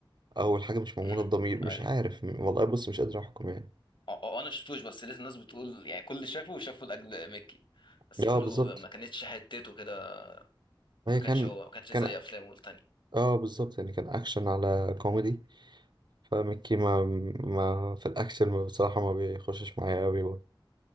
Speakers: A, on the right (about 60°); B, on the left (about 65°).
A: او الحاجه مش معموله
B: امم
A: بضمير مش
B: ايوه
A: عارف والله بص مش قادر احكم يعني
B: اه آه، انا شفتوش بس لقيت الناس بتقول يعني كل اللي شافه شافوا لاجل مكي بس
A: اه
B: بيقولوا
A: بالظبط
B: ما كانتش حتته كده
A: هي
B: ما كانش
A: كان
B: هو ما كانش
A: كان
B: زي افلامه التانية
A: اه بالظبط يعني كان اكشن على كوميدي فمكي ما ما في الاكشن بصراحه ما بيخشش معايا قوي برضه